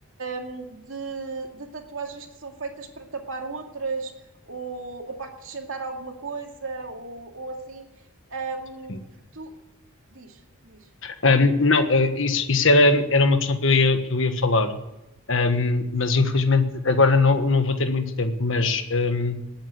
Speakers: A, on the right; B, on the left.
A: hum, de, de tatuagens que são feitas para tapar outras ou, ou para acrescentar alguma coisa ou, ou assim. Hum,
B: Sim.
A: tu, Diz, diz.
B: Um, não, uh, isso, isso era, era uma questão que eu ia, que eu ia falar, um, mas infelizmente agora não, não vou ter muito tempo, mas. um,